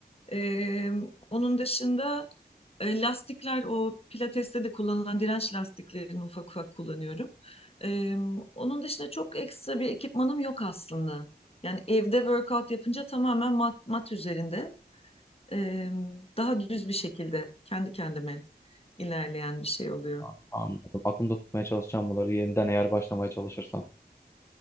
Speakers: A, on the left (about 35°); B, on the left (about 15°).
A: Ee, onun dışında e, lastikler o pilateste de kullanılan direnç lastiklerini ufak ufak kullanıyorum. Ee, onun dışında çok ekstra bir ekipmanım yok aslında. Yani evde workout yapınca tamamen mat, mat üzerinde e, daha düz bir şekilde kendi kendime ilerleyen bir şey oluyor.
B: An- Anladım. Aklımda tutmaya çalışacağım bunları yeniden eğer başlamaya çalışırsam.